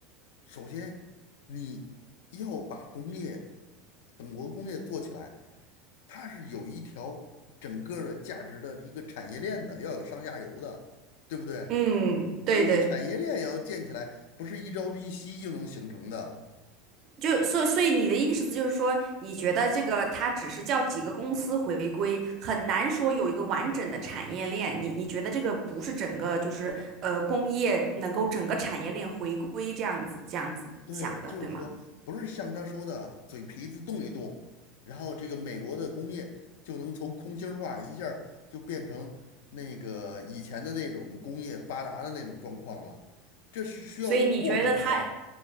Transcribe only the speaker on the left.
首先你要把工业，本国工业做起来，它是有一条整个儿的价值的一个产业链的，要有上下游的，对不对？
这个产业链也要建起来，不是一朝一夕就能形成的。
对，就是说，
不是像他说的嘴皮子动一动，然后这个美国的工业就能从空心儿化一下儿就变成那个以前的那种工业发达的那种状况了，这是需要一个过程的，